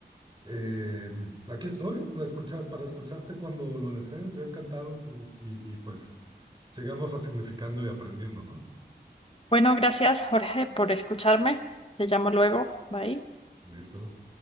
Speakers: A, on the right (about 25°); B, on the left (about 30°).
A: Eh, aquí estoy para, escuchar, para escucharte cuando lo desees, yo encantado. Es- y, y pues sigamos resignificando y aprendiendo, ¿no?
B: Bueno, gracias, Jorge, por escucharme. Te llamo luego. Bye.
A: Listo.